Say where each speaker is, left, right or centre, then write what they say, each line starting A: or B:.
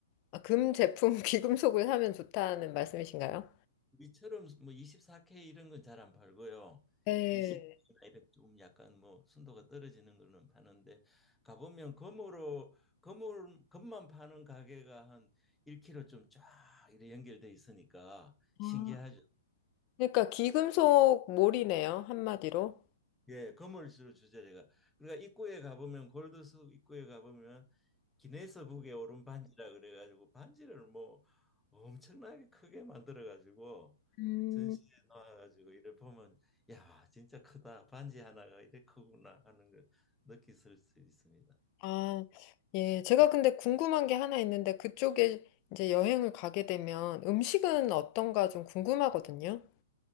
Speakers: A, on the left (about 35°); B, in the centre.
A: 아, 금 제품, <laughs> 귀금속을 사면 좋다는 말씀이신가요?
B: 우리처럼 뭐 24K 이런 건 잘 안 팔고요.
A: 네.
B: 20K나 이런 좀 약간 뭐 순도가 떨어지는 거는 파는데 가보면 금으로 금을 금만 파는 가게가 한 1km 좀 쫙 이렇게 연결돼 있으니까
A: 아,
B: 신기하죠.
A: 그러니까 귀금속 몰이네요. 한마디로.
B: 예, 건물주를 주죠, 제가. 그러니까 입구에 가보면 골드숲 입구에 가보면 기네스북에 오른 반지라 그래가지고 반지를 뭐 엄청나게 크게 만들어가지고
A: 음.
B: 전시에 놓아가지고 이래 보면 야, 진짜 크다. 반지 하나가 이래 크구나 하는 걸 느끼실 수 있습니다.
A: 아, 예. 제가 근데 궁금한 게 하나 있는데 그쪽에 이제 여행을 가게 되면 음식은 어떤가 좀 궁금하거든요.